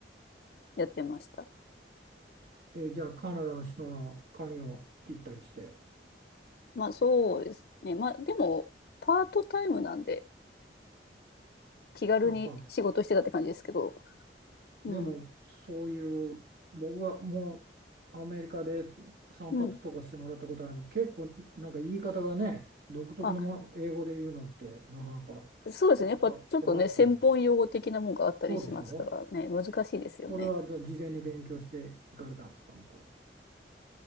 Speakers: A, on the left; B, on the right.
A: やってました。
B: えーじゃあカナダの人の髪を切ったりして、
A: まあ、そうですね。まあ、でも、パートタイムなんで、気軽に仕事してたって感じですけど。
B: あパート、
A: うん。
B: でも、そういう、僕はもうアメリカで散髪とかしてもらったことあります。
A: うん。
B: 結構、なんか言い方がね、独特のもの、
A: あ、
B: 英語で言うのってなかなか
A: そうですね。
B: 僕は困ったんですけど。
A: やっぱちょっとね、専門用語的なもんがあったりしますからね、
B: そうでしょ
A: 難しいですよね。
B: それはじゃあ事前に勉強していかれたんですか、向こ